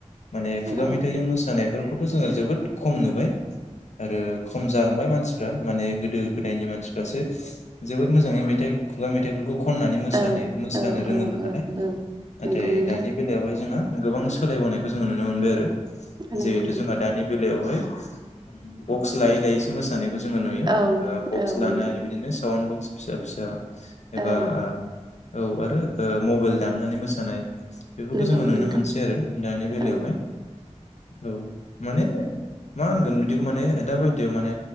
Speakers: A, on the left (about 70°); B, on the right (about 35°).
A: माने खुगा
B: औ
A: मेथाइजों मोसानायफोरखौथ' जोङो जोबोद खम नुबाय। आरो खम जालांबाय मानसिफ्रा माने गोदो गोदायनि मानसिफ्रासो जोबोद मोजाङै मेथाइ, खुगा मेथाइफोरखौ खननानै मोसानो,
B: औ
A: मोसानो
B: औ
A: रोङोमोन
B: औ औ
A: नालाय
B: औ
A: नाथाय
B: नंगौ नोंथां
A: दानि बेलायावहाय जोंहा गोबां सोलायबोनायखौ जोङो नुनो मोनबाय आरो
B: नंगौ
A: जिहेथु
B: नोंथां
A: जोंहा दानि बे बेवहाय बक्स लायै लायैसो मोसानायखौ जोङो नुयो।
B: औ
A: बक्स
B: औ
A: लानाय
B: नंगौ
A: बिदिनो साउन्ड बक्स फिसा फिसा एबा
B: औ
A: औ आरो ओ मबाइल दामनानै मोसानाय बेफोरखौ
B: नंगौ
A: जोङो नुनो
B: नोंथां
A: मोनसै आरो दानि बेलायावहाय
B: औ
A: औ माने मा होनगोन बिदिखौ माने दााबायदियाव माने